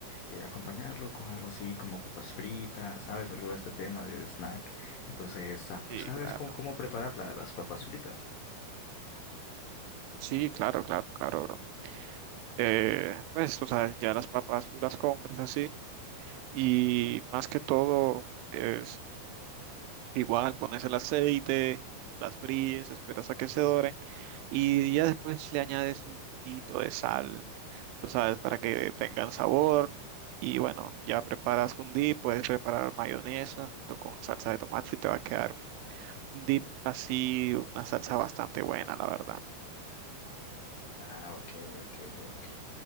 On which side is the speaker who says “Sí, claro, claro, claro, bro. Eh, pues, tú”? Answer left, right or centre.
Right